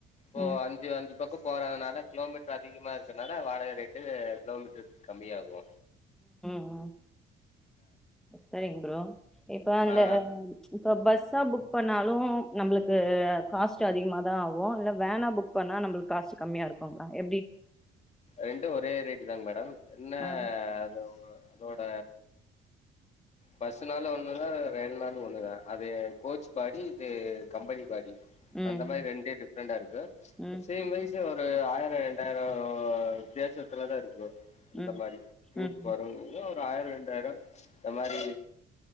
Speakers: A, on the left (about 40°); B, in the centre.
A: ஓ
B: ம்
A: அஞ்சு அஞ்சு பக்கோ போறதுனால கிலோமீட்டர் அதிகமா இருக்கனால வாடக ரேட்டு கிலோமீட்டர்க்கு கம்மி ஆகு
B: உம் செரிங்க ப்ரோ இப்ப அந்த
A: ஆ
B: ம் இப்ப பஸ்ஸா புக் பண்ணாலு நம்ளுக்கு காஸ்ட் அதிகமாதா ஆகு இல்ல வேனா புக் பண்ணா நம்ளுக்கு காஸ்ட் கம்மியா இருக்குங்களா எப்டி
A: ரெண்டு ஒரே ரேட்டு தாங்க மேடம் என்ன
B: ஆ
A: அது உங்க அதோட பஸ்னாலு ஒன்னுதா வேன்னாளு ஒன்னுதா அது கோச் பாடி இது கம்பெனி பாடி
B: ம்
A: அந்த மாரி ரெண்டு டிஃப்ரெண்டா இருக்கு
B: ம்
A: சேம் வைஸ் ஒரு ஆயிரோ ரெண்டாயிரோ இப்ப வித்தியாசத்துல தா இருக்கு
B: ம்
A: அந்த மாரி டூர்
B: ம்
A: போரவங்க்ளியு ஆயிரொ ரெண்டாயிரொ இந்த மாரி